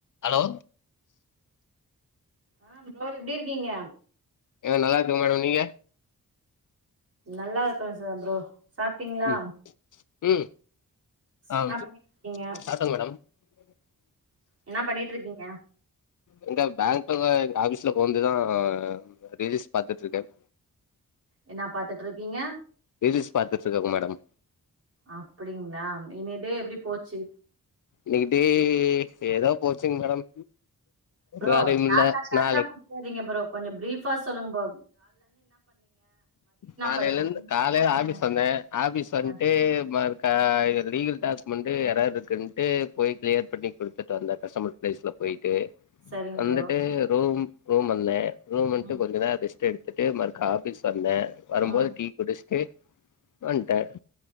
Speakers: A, on the left; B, on the right.
A: hello
B: ஆ <inaudible> எப்டிருக்கீங்க
A: ஏங்க நல்லா இருக்கே மேடம் நீங்க
B: நல்ல இருக்கிறன் சார் ப்ரோ சாப்பிட்டீங்களா
A: ம் ம் ஆ
B: என்ன பண்ணிக்கிட்டுருக்கீங்க
A: சாப்ட்டேங்க <unintelligible>
B: என்ன பண்ணிட்டுருக்கீங்க ய
A: இங்த பேங்க்ல எங்க ஆபீஸ்ல கொந்துதான் ரிலீஸ் பாத்துட்டு இருக்கேன்
B: என்ன பாத்துட்டுருக்கீங்க
A: ரீல்ஸ் பாத்துட்டு இருக்கங்க மேடம்
B: அப்படிங்களா இன்னி டே எப்டி போச்சு
A: இன்க்குடேஏ ஏதோ போச்சுங்க மேடம்
B: ப்ரோ
A: வேலையும்
B: ஷாட்டா
A: இல்ல
B: ஷாட்டா
A: நாளைக்கு
B: முடிச்சிரிங்க ப்ரோ கொஞ்சம் ப்ரீப் ஃப சொல்லுகங்ப்
A: காலையிலருந்து
B: பண்ணீங்க எங்க
A: காலையில
B: போனீங்க
A: ஆபீஸ் வந்தேன் ஆபிஸ் வந்துட்டு
B: ஆ
A: ம <inaudible> லீகல் டாக்குமெண்ட்டு எரர் இருக்குதுன்ட்டு போய் கிளியர் பண்ணி கொடுத்துட்டு வந்த கஸ்டமர் ப்ளேஸில போய்ட்டு
B: சரிங்க
A: வந்துட்டு
B: ப்ரோ
A: ரூம் ரூம்ல்லே ரூம் வந்துட்டு
B: ம்
A: கொஞ்ச நேரம் ரெஸ்ட் எடு ட்டு மறுகா ஆபிஸ் வந்தேன் வரும்போது
B: ம்
A: டீ குடிச்சுட்டு ஒன்ட